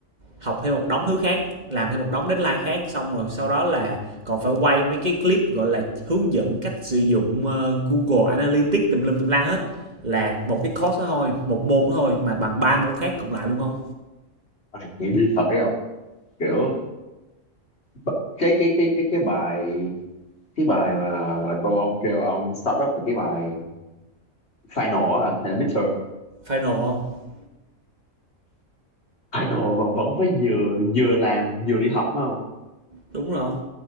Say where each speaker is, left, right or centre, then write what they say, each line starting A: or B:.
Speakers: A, on the right (about 35°); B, on the left (about 55°).
A: học thêm một đống thứ khác làm thêm một đống deadline khác xong rồi sau đó là còn phải quay mấy cái clip gọi là hướng dẫn cách sử dụng ờ, Google Analytics tùm lum tùm la hết là một cái course đó thôi một môn đó thôi mà bằng ba môn khác cộng lại luôn không
B: Ôi, nghĩ đi thật đấy không kiểu b- cái cái cái cái cái bài cái bài mà mà cô ông kêu ông start up là cái bài final á hả hay là midterm
A: final không
B: final mà vẫn phải vừa vừa làm vừa đi học phải không
A: đúng rồi không